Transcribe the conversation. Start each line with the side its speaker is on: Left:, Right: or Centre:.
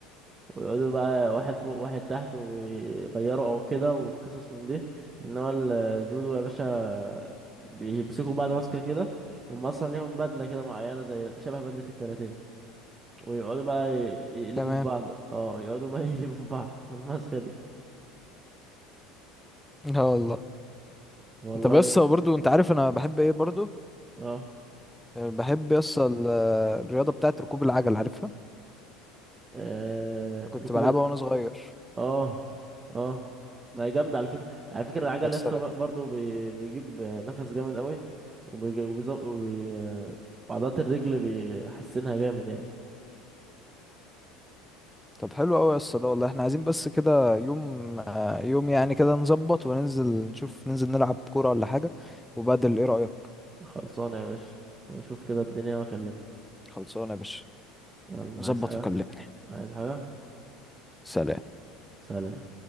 Right: ويقعدوا بقى واحد فوق واحد تحت ويغيروا او كده وقصص من دي انما الجودو يا باشا بيمسكوا بعض ماسكه كده هم اصلا ليهم بدله كده معينه زي شبه بدله الكاراتيه ويقعدوا بقى ي-
Centre: <laughs>
Right: يقلبوا
Centre: تمام
Right: في بعض اه يقعدوا بقى <laughs> يقلبوا في بعض من الماسكه دي
Centre: لا والله
Right: والله
Centre: طب يس برضو انت عارف انا بحب ايه برضو
Right: اه,
Centre: بحب يس ال- الرياضه بتاعت ركوب العجل عارفها
Right: آه...
Centre: كنت
Right: ركوب
Centre: بلعبها وانا صغير
Right: اه اه ما هي جامدة على فكرة على فكرة العجل
Centre: يس
Right: لسه برضه بي... بيجيب نفس جامد قوي وبيجي... وبيز... وبي... وعضلات الرجل بيحسنها جامد يعني
Centre: طب حلو قوي يس ده والله احنا عايزين بس كده يوم آه، يوم يعني كده نظبط وننزل نشوف ننزل نلعب كوره ولا حاجه وبدل ايه رايك
Right: خلصانة يا باشا اشوف كده الدنيا واكلمك
Centre: خلصانه يا باشا
Right: يلا
Centre: ظبط
Right: عايز حاجة
Centre: وكلمني
Right: عايز حاجة
Centre: سلام
Right: سلام